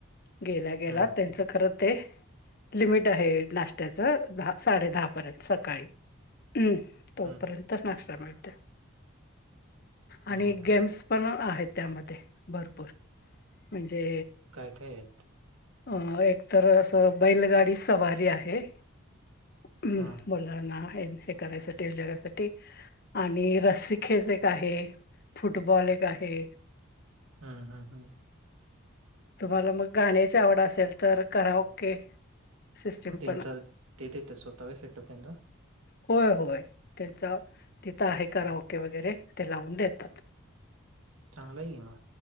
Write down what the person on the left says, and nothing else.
गेल्या गेला
त्यांचं
खरं ते लिमिट आहे, नाशत्याचं. दहा साडे दहापर्यंत सकाळी. हम्म
तोपर्यंत नाश्ता मिळते
आणि गेम्स पण आहेत. त्यामध्ये भरपूर म्हणजे.
अ एक तर असं बैलगाडी सवारी आहे. हम्म
मुलांना ना हे हे करायचं जगासाठी आणि रस खेच एक आहे. फुटबॉल एक आहे.
तुम्हाला मग गाण्याची आवड असेल तर करा ओके. सिस्टम
पण
होय होय. त्यांच तिथं आहे, कार ओके वगैरे ते लावून देतात.